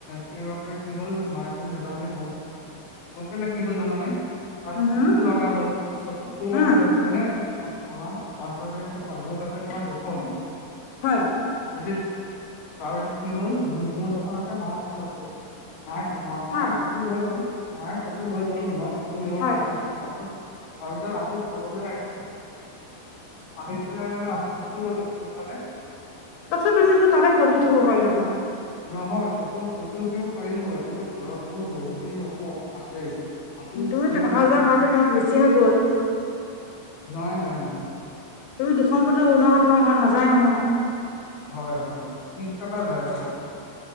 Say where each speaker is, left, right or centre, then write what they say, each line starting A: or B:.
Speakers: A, on the left; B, on the left.
A: সেইবাবে কি হল মায়েটো নাজানে এইবোৰ, গৈ পেলাই- কি হ'ল জানানে? তাত
B: উম হম
A: ফটো লগা হ'ল ক ফটো লগা
B: উম
A: হল মানে- আ পানজাব বেংকত পছবুক আছে তোমাৰ দুুখন।
B: হয়।
A: আৰু এয়াত কি হ'ল মো এখন আছে মা এখন আছে। মায়ে ম ম মায়ে
B: হয়
A: ফটো লৈ গল মায়ে ফটো লৈ গ'ল মই- ফটো নিব
B: হয়
A: পাহৰিলো। হলো তাৰপিছত আকৌ ঘৰলৈ আহিছো। পানিচছেলে মানে আকৌ ফটৌ লৈ লয় বুজিছানে?
B: তাছত তুমিচোন তাতে ফটো উঠিব পাৰিলা হয়।
A: নহয় নহয়, ফটো ফটো উঠিব পাৰিলো হয় কিন্তু ঘৰত মোৰ বহুত খিনি ফটো আছেই। আকৌ
B: দুইত
A: কিয়নো
B: অহা
A: ফটো
B: যোৱা
A: উঠিব
B: ভাড়াটো তোমাৰ বেছিহে গ'ল।
A: নহয় নহয় নহয়।
B: তুমি দুখন ফটো বনোৱা তোমাৰ মন নাযায় নহয়।
A: হয় হয় ত্ৰিছ টকা হয় আৰু।